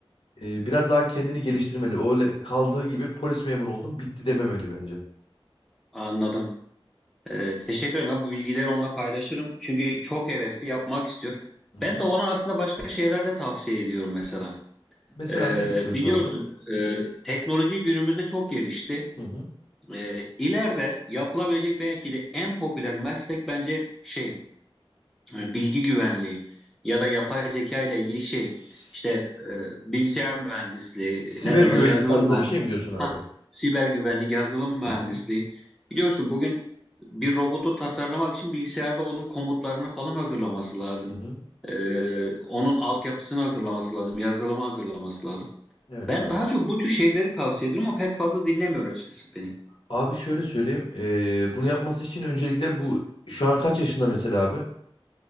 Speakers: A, on the left; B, in the centre.
A: eh, biraz daha kendini geliştirmeli. Öyle kaldığı gibi polis memuru oldum bitti dememeli bence.
B: anladım. E, teşekkür ederim. Ya, bu bilgileri onunla paylaşırım. Çünkü çok hevesli yapmak istiyor.
A: Hı hı.
B: Ben de ona aslında başka şeyler de tavsiye ediyorum mesela.
A: Mesela
B: E,
A: ne istiyorsun
B: biliyorsun
A: abi?
B: e, teknoloji günümüzde çok gelişti.
A: Hı hı.
B: E, ileride yapılabilecek belki de en popüler meslek bence şey e, bilgi güvenliği ya da yapay zeka ile ilgili şey
A: S-
B: işte e, bilgisayar mühendisliği
A: Siber
B: neden
A: güvenlik
B: o yazılım
A: tarzında
B: mühendisliği
A: bir şey mi diyorsun abi?
B: ha siber güvenlik yazılım mühendisliği
A: Hı hı.
B: biliyorsun bugün bir robotu tasarlamak için bilgisayarda onun komutlarını falan hazırlaması lazım.
A: Hı hı.
B: E, onun altyapısını hazırlaması lazım, yazılımı hazırlaması lazım.
A: Evet
B: Ben
A: abi.
B: daha çok bu tür şeyleri tavsiye ediyorum ama pek fazla dinlemiyor açıkçası beni.
A: Abi şöyle söyleyeyim. eee, bunu yapması için öncelikle bu şu an kaç yaşında mesela abi?